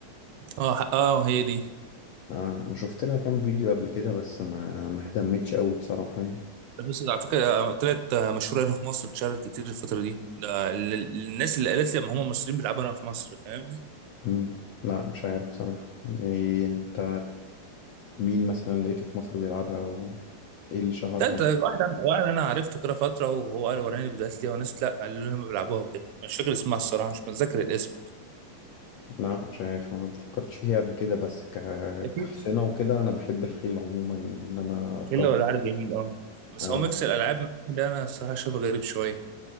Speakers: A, on the right; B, on the left.
A: اه ح- اه هي دي
B: آه أنا شفت لها كام فيديو قبل كده بس ما ما اهتمتش قوي بصراحة يعني
A: بس على فكره آه، طلعت آه، مشهوره هنا في مصر اتشهرت كتير الفتره دي ده ال- ال- الناس اللي قالت لي ما هم مصريين بيلعبوا هنا في مصر فاهم
B: مم. لا مش عارف بصراحة إيه أنت مين مثلا لقيته في مصر بيلعبها أو إيه اللي شهرها؟
A: ده ده واحد انا واحد انا عرفته كده فتره وهو قال وراني الفيديوهات ليه وناس لا قالوا لي هم بيلعبوها وكده مش فاكر اسمها الصراحه مش متذكر الاسم
B: لا مش عارف ما فكرتش فيها قبل كده بس ك...
A: ده في
B: كحصينة وكده انا بحب الخيل عموما ان انا اركبه
A: كله ولا عارف جميل اه بس
B: اه
A: هو ميكس الالعاب ده انا الصراحه شايفه غريب شويه